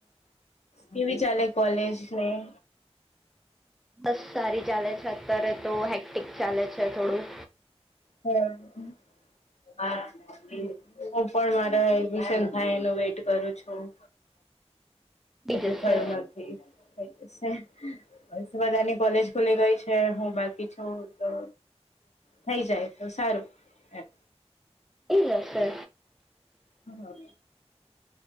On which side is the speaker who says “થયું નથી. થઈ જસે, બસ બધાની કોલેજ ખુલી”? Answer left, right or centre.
Left